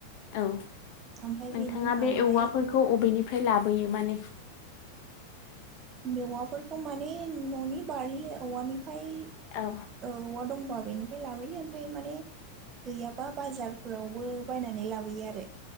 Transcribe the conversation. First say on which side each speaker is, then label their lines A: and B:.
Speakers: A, on the left (about 45°); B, on the right (about 30°).
A: औ
B: ओमफ्राय
A: नोंथाङा
B: बेनि उनावहाय
A: बे औवाफोरखौ अबेनिफ्राय लाब होयो माने
B: मेवाफोरखौ माने न'नि बारि औवानिफ्राय
A: औ
B: औवा दंबा बेनिफ्राय लाबोयो ओमफ्राय माने गैयाबा बाजारफोरावबो बायनानै लाबोयो आरो।